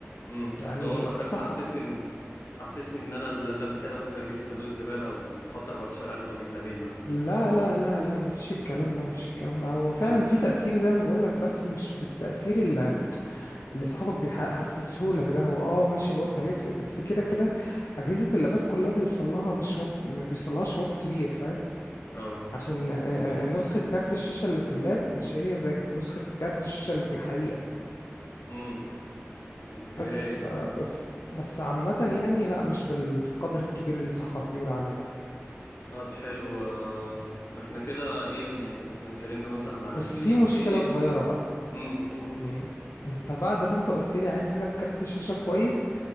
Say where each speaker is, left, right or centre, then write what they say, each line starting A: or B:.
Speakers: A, on the left (about 65°); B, on the left (about 90°).
A: امم
B: يعني
A: اصل هو حرفيا
B: صح
A: حسسني ان حسسني ان انا اللاب بتاعي ده ممكن ارميه في صندوق الزباله وكنت احط 14000 واجيب لابين مثلا
B: لا لا لا لا مفيش الكلام ده مفيش الكلام ده هو فعلا
A: امم
B: في تأثير زي ما بقولك بس مش بالتأثير اللي, اللي صاحبك بيحسسه لك ده هو اه ماشي الوات
A: امم
B: هيفرق بس كده كده أجهزة اللابات كلها بيوصل لها مش وات ما بيوصلهاش وات كبير فاهم
A: اه
B: عشان آه،
A: اوكي
B: آه، نسخة كارت الشاشة اللي في اللاب مش هي زي نسخة كارت الشاشة اللي في الحقيقة
A: امم اوكي
B: بس فبس بس عامة يعني لا مش بالقدر الكبير اللي صاحبك بيقول عليه ده
A: طب حلو آه، احنا كده ايه يعني احنا اتكلمنا مثلا عن
B: بس
A: ال
B: في مشكلة
A: ايه ايه
B: صغيرة بقى
A: امم قول
B: يعني انت بعد ما انت قلت لي عايز حاجة بكارت الشاشة كويس